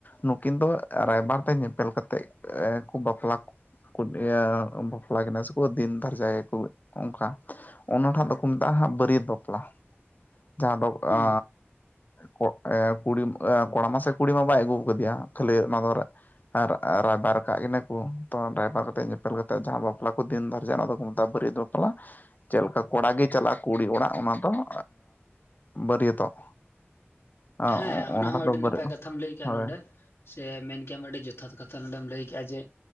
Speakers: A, on the left; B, on the left.
A: ᱱᱩᱠᱤᱱ ᱫᱚ ᱨᱟᱭᱵᱟᱨ ᱛᱮ ᱧᱮᱯᱮᱞ ᱠᱟᱛᱮᱫ ᱠᱚ ᱵᱟᱯᱞᱟᱼᱼ <unintelligible> ᱤᱭᱟᱹ ᱵᱟᱯᱞᱟ ᱠᱤᱱᱟ ᱥᱮᱠᱚ ᱫᱤᱱ ᱫᱟᱨᱡᱟᱭᱟᱠᱚ ᱚᱱᱠᱟ᱾ ᱚᱱᱟᱴᱟᱜ ᱫᱚᱠᱚ ᱢᱮᱛᱟᱜᱼᱟ ᱦᱟᱸᱜ ᱵᱟᱹᱨᱭᱟᱹᱛ ᱵᱟᱯᱞᱟ᱾
B: <unintelligible>
A: ᱡᱟᱦᱟᱸ ᱫᱚ ᱟᱻ
B: ᱦᱩᱸ
A: ᱠᱚᱜ ᱮ ᱠᱩᱲᱤᱢ ᱟ ᱠᱚᱲᱟ ᱢᱟᱥᱮ ᱠᱩᱲᱤ ᱢᱟ ᱵᱟᱭ ᱟᱹᱜᱩ ᱣᱟᱠᱟᱫᱮᱭᱟ ᱠᱷᱟᱹᱞᱤ ᱱᱚᱶᱟ ᱫᱚᱨᱼᱼ ᱟᱨ ᱨᱟᱭᱵᱟᱨ ᱟᱠᱟᱜ ᱠᱤᱱᱟᱹ ᱠᱚ᱾ ᱛᱚ ᱨᱟᱭᱵᱷᱟᱨ ᱠᱟᱛᱮ ᱧᱮᱯᱮᱞ ᱠᱟᱛᱮᱫ ᱡᱟᱦᱟᱸ ᱵᱟᱯᱞᱟ ᱠᱚ ᱫᱤᱱ ᱫᱟᱨᱡᱟᱱᱟ ᱚᱱᱟ ᱫᱚᱠᱚ ᱢᱮᱛᱟᱜᱼᱟ ᱵᱟᱹᱨᱭᱟᱹᱛ ᱵᱟᱯᱞᱟ᱾ ᱪᱮᱫ ᱞᱮᱠᱟ ᱠᱚᱲᱟ ᱜᱮ ᱪᱟᱞᱟᱜᱼᱟ ᱠᱩᱲᱤ ᱚᱲᱟᱜ ᱚᱱᱟ ᱫᱚ ᱮᱸ ᱵᱟᱹᱨᱭᱟᱹᱛᱚᱜ᱾ ᱟ
B: ᱦᱮᱸ ᱚᱱᱟ
A: ᱚᱱᱟᱴᱟᱜ
B: ᱦᱚᱸ
A: ᱫᱚ
B: ᱟᱹᱰᱤ
A: ᱵᱟᱨ
B: ᱱᱟᱯᱟᱭ ᱠᱟᱛᱷᱟᱢ ᱞᱟᱹᱭ ᱠᱮᱜ-ᱟ
A: ᱦᱳᱭ
B: ᱱᱚᱸᱰᱮ᱾ ᱥᱮ ᱢᱮᱱ ᱠᱮᱭᱟᱢ ᱟᱹᱰᱤ ᱡᱚᱛᱷᱟᱛ ᱠᱟᱛᱷᱟ ᱱᱚᱸᱰᱮᱢ ᱞᱟᱹᱭ ᱠᱮᱜᱼᱟ ᱡᱮᱼᱼ